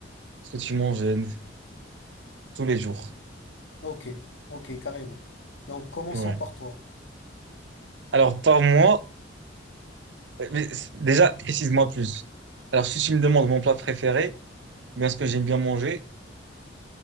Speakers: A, on the right (about 70°); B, on the left (about 80°).
A: ce que tu manges euh, tous les jours.
B: Ok, ok, carrément. Donc commençons
A: Ouais.
B: par toi.
A: Alors par mois, euh, mais c- déjà, précise-moi plus. Alors si tu me demandes mon plat préféré, ou bien ce que j'aime bien manger,